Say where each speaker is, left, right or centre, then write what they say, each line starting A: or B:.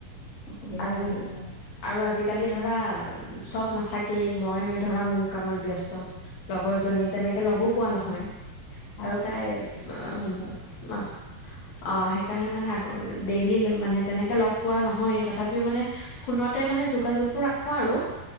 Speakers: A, on the left; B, on the left.
A: অসুবিধা
B: আৰু
A: আজিকালি
B: আৰু আজিকালি ধৰা চব নাথাকেই মই ধৰা মোৰ কামত ব্যস্ত লগৰ জনী তেনেকে লগো পোৱা নহয়
A: অ
B: আৰু তাই আহ
A: ব্যস্ত।
B: আহ অ সেইকাৰণে মানে আগ ডেইলি মানে তেনেকে লগ পোৱা নহয়েই তথাপিও মানে ফোনতে মানে যোগাযোগটো ৰাখো আৰু